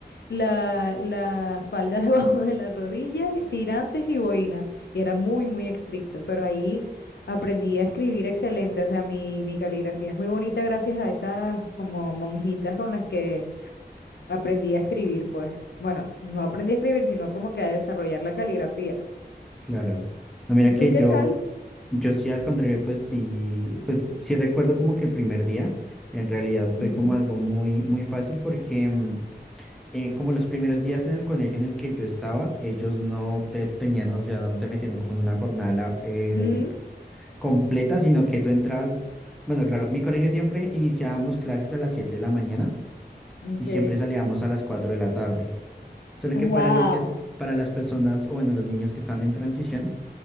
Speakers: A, on the left (about 75°); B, in the centre.
A: la, la falda <laughs> debajo de la rodilla, tirantes y boina. Y era muy, muy estricto. Pero ahí Aprendí a escribir excelente, o sea, mi, mi caligrafía es muy bonita gracias a esas como monjitas con las que aprendí a escribir, pues. Bueno, no aprendí a escribir, sino como que a desarrollar la caligrafía.
B: claro. No, mira
A: ¿Y
B: que
A: tú qué
B: yo,
A: tal?
B: yo sí al contrario, pues sí, pues sí recuerdo como que el primer día en realidad fue
A: Ujú.
B: como algo muy, muy fácil porque... em, eh, como los primeros días en el colegio en el que yo estaba, ellos no te tenían, o sea, no te metían como en una jornada la- eh,
A: Mm,
B: completa, sino que tú entrabas, bueno, claro, mi colegio siempre iniciábamos clases a las 7 de la mañana
A: ok.
B: y siempre salíamos a las 4 de la tarde. Solo
A: Wow.
B: que para los que, es- para las personas, o bueno, los niños que están en transición,